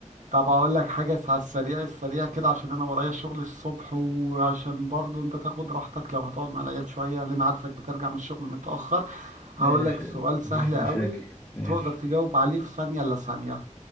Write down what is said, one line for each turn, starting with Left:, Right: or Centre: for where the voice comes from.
Right: طب اقول لك حاجه على السريع السريع كده عشان انا ورايا شغل الصبح وعشان برضو انت تاخد راحتك لو هتقعد مع العيال شويه لان عارفك بترجع من الشغل متاخر
Left: ماشي
Right: هقول لك سؤال سهل
Left: مفيش مشاكل
Right: قوي
Left: ماشي
Right: تقدر تجاوب عليه في ثانيه الا ثانيه